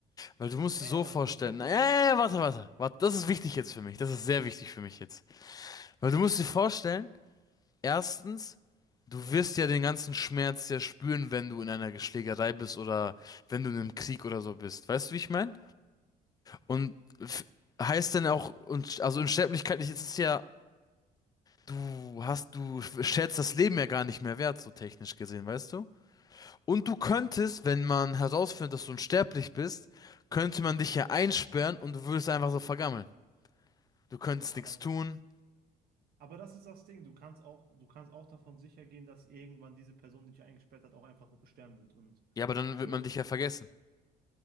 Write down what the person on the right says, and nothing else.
Ey,
aber
du musst halt
bedenken.
Aber,
aber das ist das Ding. Du kannst auch, du kannst auch davon sicher gehen, dass irgendwann diese Person, die dich eingesperrt hat, auch einfach sterben wird. Und
cool,
dann,